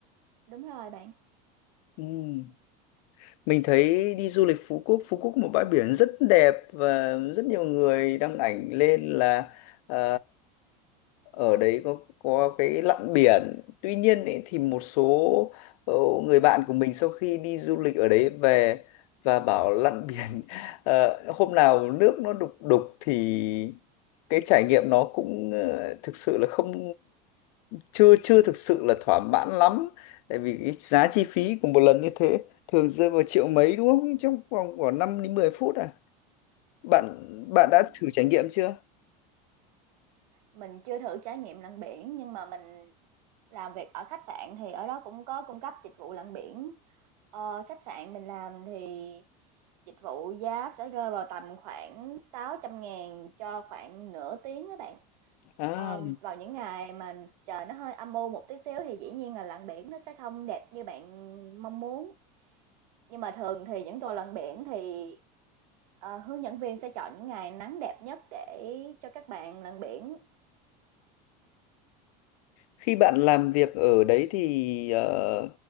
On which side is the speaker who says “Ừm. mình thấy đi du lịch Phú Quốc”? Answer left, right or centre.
Left